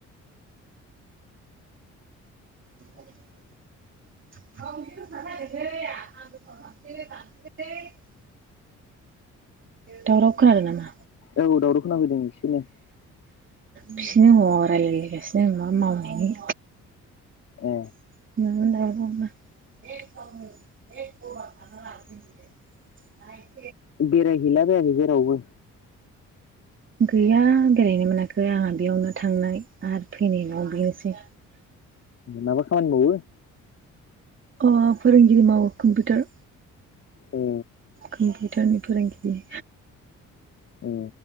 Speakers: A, on the right; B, on the left.
A: <unintelligible> <unintelligible> दावराव खोनादों नामा
B: औ दावराव खोनाफैदों एसेनो।
A: बिसोरनो <unintelligible> राय्लायगासिनो <unintelligible> मावनाय
B: ए
A: <unintelligible> <unintelligible>
B: बेरायहैला बायाखै जेराव बो
A: गैया बेरायनो मोनाखै आंहा बेयावनो थांनाय आरो फैनायल' बेनोसै।
B: माबा खामानि मावो?
A: ओ फोरोंगिरि मावो कम्पिउटार।
B: ए
A: कम्पिउटारनि फोरोंगिरि
B: औ